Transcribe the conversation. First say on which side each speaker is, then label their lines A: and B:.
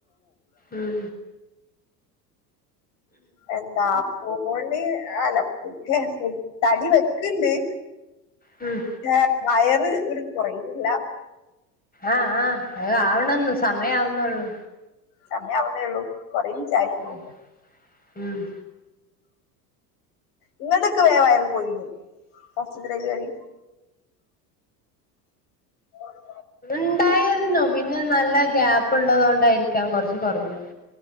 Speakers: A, on the left (about 15°); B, on the left (about 65°).
A: ഉം.
B: എന്താ ഫോണ് അല്ലെ ഫുഡ് തടി വെക്ക്ണ്ട്.
A: ഉം.
B: ക്ഷെ വയറ് ഇങ്ങ്ട്ട് കൊറയിണില്ല.
A: ആഹ് ആഹ് അത് ആവണന്നു സമയാവുന്നൊള്ളു.
B: സമയാവുന്നേ ഒള്ളൂ കൊറേ വിചാരിക്കും
A: ഉം ഉം.
B: ഇങ്ങൾതൊക്കെ വേം വയറ് പോയിനോ ഫസ്റ്റ്ത്തെ ഡെലിവറി. <inaudible>
A: ണ്ടായിരുന്നു പിന്നെ നല്ല ഗ്യാപ്പ്ള്ളതോണ്ടായിരിക്കാം കൊറച്ച് കൊറഞ്ഞത്.